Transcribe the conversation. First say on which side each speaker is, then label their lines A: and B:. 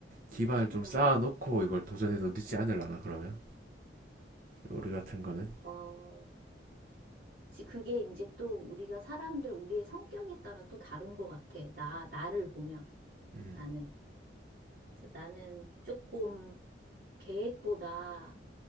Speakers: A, on the right; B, on the right.
A: 기반을 좀
B: 음,
A: 쌓아놓고 이걸 도전해도 늦지 않으려나 그러면 요리 같은 거는
B: 어, 그치. 그게 이제 또 우리가 사람들, 우리의 성격에 따라 또 다른 것 같아. 나, 나를 보면
A: 음.
B: 나는. 그래서 나는 조금 계획보다